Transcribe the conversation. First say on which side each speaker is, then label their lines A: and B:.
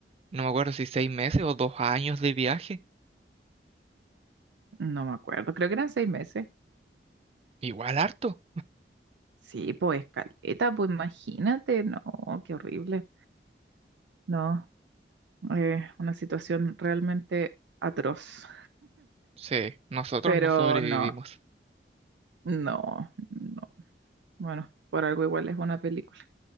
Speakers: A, on the right; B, on the right.
A: no me acuerdo si seis meses o dos años de viaje.
B: no me acuerdo, creo que eran seis meses.
A: Igual harto.
B: Sí, pues caleta, pues imagínate, no, qué horrible. No, eh, una situación realmente atroz.
A: Sí, nosotros
B: Pero
A: no sobrevivimos.
B: no, no, no. Bueno, por algo igual es una película.